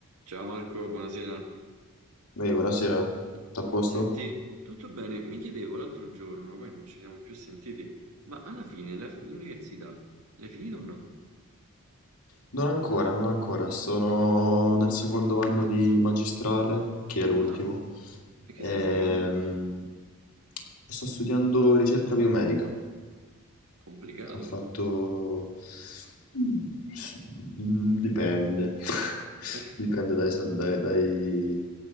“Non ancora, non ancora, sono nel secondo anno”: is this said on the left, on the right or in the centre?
Left